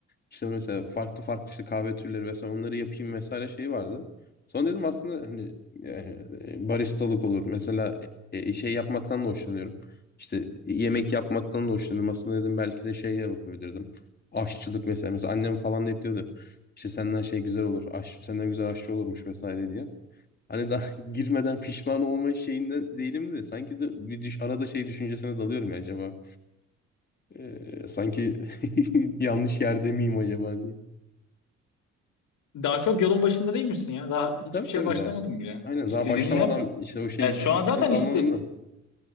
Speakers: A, on the left; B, on the left.
A: İşte mesela farklı farklı işte kahve türleri vesaire onları yapayım vesaire şey vardı. Sonra dedim aslında hani yani, e, baristalık olur. Mesela e, e, şey yapmaktan da hoşlanıyorum. İşte e, yemek yapmaktan da hoşlanıyorum. Aslında dedim belki de şey de yapabilirdim. Aşçılık mesela. Mesela annem falan da hep diyordu. İşte senden şey güzel olur. Aş, senden güzel aşçı olurmuş vesaire diye. Hani daha <laughs> girmeden pişman olma şeyinde değilim de sanki de bir düş, arada şey düşüncesine dalıyorum ya acaba. E, sanki <laughs> yanlış yerde miyim acaba diye.
B: Daha çok yolun başında değil misin ya? Daha hiçbir
A: Tabii
B: şeye
A: tabii
B: başlamadım
A: daha.
B: bile.
A: Aynen
B: İstediğini
A: daha başlamadan
B: yap.
A: işte o şey
B: Yani şu
A: düşüncesine
B: an zaten
A: dalmamam
B: iste
A: da.